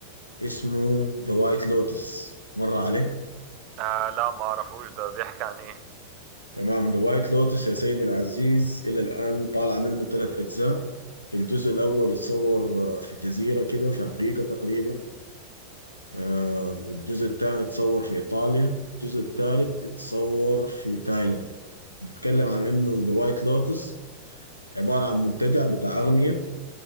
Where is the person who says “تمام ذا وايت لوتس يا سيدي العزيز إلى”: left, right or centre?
Left